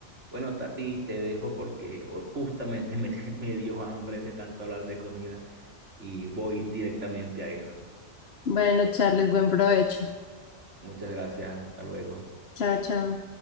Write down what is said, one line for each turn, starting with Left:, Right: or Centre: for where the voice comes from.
Right: Bueno, Tati, te dejo porque o- justamente me, <laughs> me dio hambre de tanto hablar de comida y voy directamente a eso.
Left: Bueno, Charles, buen provecho.
Right: Muchas gracias, hasta luego.
Left: Chao, chao.